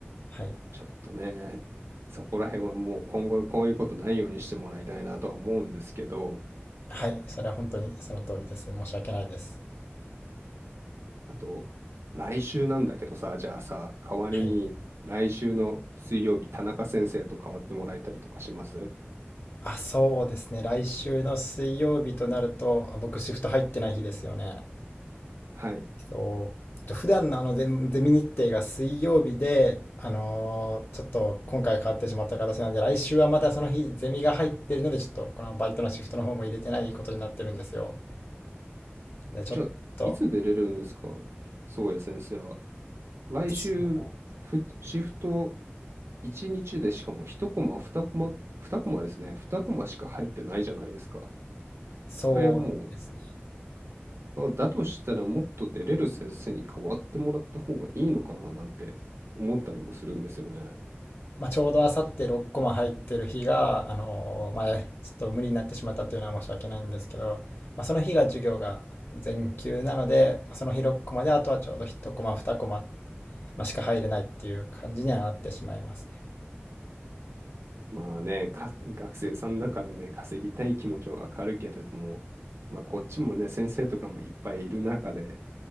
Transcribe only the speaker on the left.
はい。
はい。それは本当にその通りです。申し訳ないです。
はい。
あ、そうですね。来週の水曜日となると、あ僕シフト入ってない日ですよね。
そうと普段のあのゼミ日程が水曜日で、あのーちょっと今回変わってしまった形なので、来週はまたその日ゼミが入ってるので、ちょっとこのバイトのシフトの方も入れてないことになってるんですよ。でちょっと、
そう
そうですね。
まあ、ちょうどあさって6コマ入ってる日が、あのー前、ちょっと無理になってしまったというのは申し訳ないんですけど、まあ、その日が授業が全休なので、その日6コマで、あとはちょうど1コマ、2コマまあ、しか入れないっていう感じにはなってしまいますね。